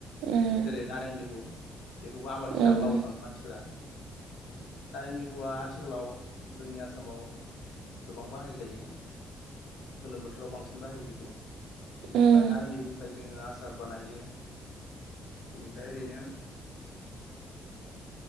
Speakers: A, on the right; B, on the left.
A: उम
B: जेरै नारें लिबु बेखौबो आबाद
A: उम
B: हिसाबै मावनो गोबां मानसिफोरा नालें लेबुवा आथिखालाव जोंनि आसामाव गोबां बाहाय जायो गोलोम बोथोराव बांसिन बाजाहायो बेखौ बिनिफ्राय
A: उम
B: नारें लिबुनिफ्राय जोङो आसा आसार बानायो बेनिफ्राय ओरैनो